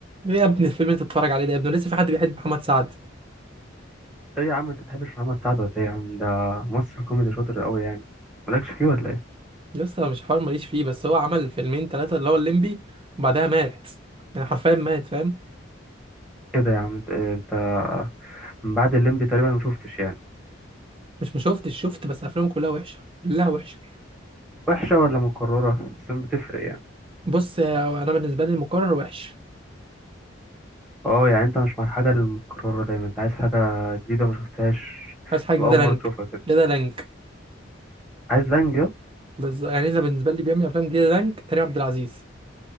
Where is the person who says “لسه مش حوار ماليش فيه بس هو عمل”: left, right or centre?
Right